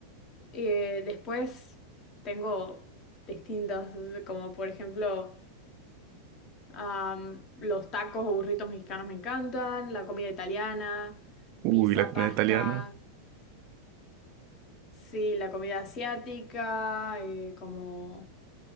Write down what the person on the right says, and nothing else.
Uy,
la comida
italiana.